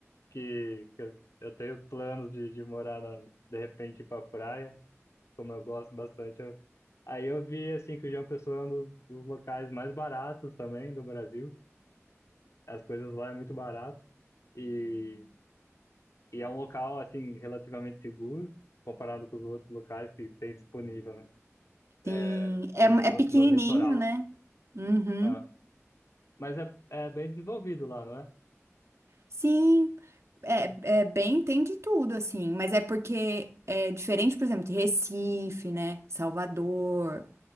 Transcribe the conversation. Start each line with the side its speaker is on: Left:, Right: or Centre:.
Left: que, que eu, eu tenho planos de, de morar na, de repente ir pra praia, como eu gosto bastante. eu- aí eu vi assim que o João Pessoa é um dos, dos locais mais baratos também do Brasil. As coisas lá é muito barato e, e é um local assim relativamente seguro comparado com os outros locais que tem disponível, né? É,
Right: sim, é,
Left: e no,
Right: é pequenininho,
Left: no litoral.
Right: né? Uhum.
Left: Ah. Mas é, é bem desenvolvido lá, não é?
Right: Sim, é, é bem, tem de tudo, assim, mas é porque é diferente, por exemplo, de Recife, né? Salvador,